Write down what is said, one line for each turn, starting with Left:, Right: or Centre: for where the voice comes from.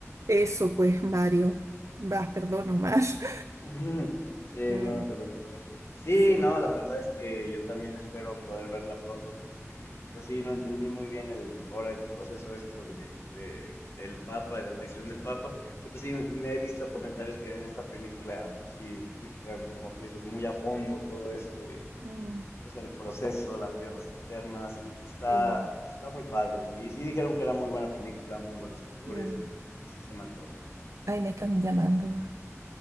Right: eso pues, Mario, vas, perdón, Omar. <laughs>
Left: <laughs> Sí,
Right: Mm,
Left: no, no te preocupes. Sí,
Right: sí,
Left: no, la verdad es que yo también espero poder verla pronto porque, pues sí, no entendí muy bien el, ahora el proceso esto de, de- del Papa, de la elección del Papa. Y pues sí, me he visto comentarios que en esta película, pues sí, explican, como tú dices, muy a fondo todo esto de,
Right: mm,
Left: pues el proceso, las guerras internas, y pues, está,
Right: sí,
Left: está muy padre. Y sí dijeron que era muy buena película, muy buenos actores,
Right: bien.
Left: entonces sí se me antoja.
Right: Ay, me están llamando,